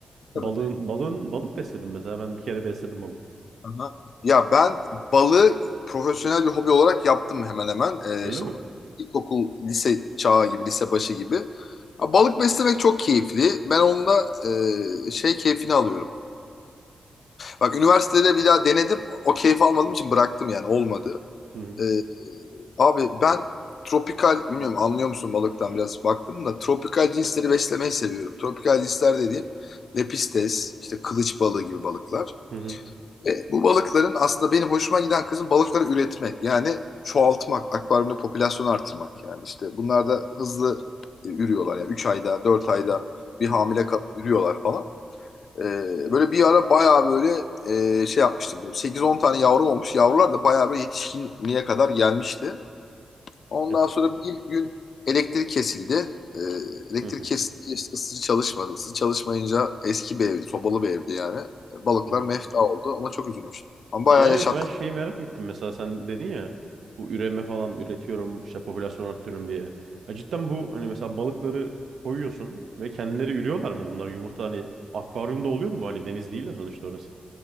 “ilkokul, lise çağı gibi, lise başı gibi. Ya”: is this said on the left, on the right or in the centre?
Left